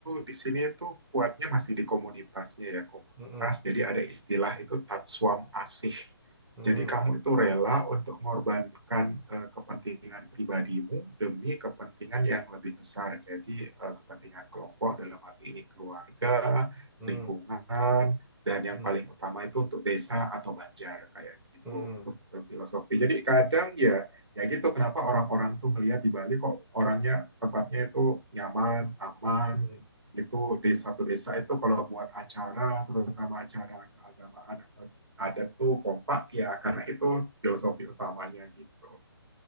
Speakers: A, on the right; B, in the centre.
A: di sini itu kuatnya masih di komunitasnya ya, komunitas.
B: hmm,
A: Jadi ada istilah itu Tatswam Asih.
B: hmm,
A: Jadi kamu itu rela untuk mengorbankan eh, kepentingan pribadimu demi kepentingan yang lebih besar. Jadi eh, kepentingan kelompok dalam arti ini keluarga,
B: hmm,
A: lingkungan,
B: hmm,
A: dan yang
B: hmm,
A: paling utama itu untuk desa atau banjar kayak gitu.
B: hmm,
A: Itu filosofi. Jadi kadang ya ya gitu kenapa orang-orang tuh melihat di Bali kok orangnya tempatnya itu nyaman, aman,
B: hmm,
A: gitu desa satu desa itu kalau buat acara terutama acara keagamaan atau ada tuh kompak ya karena itu filosofi utamanya gitu.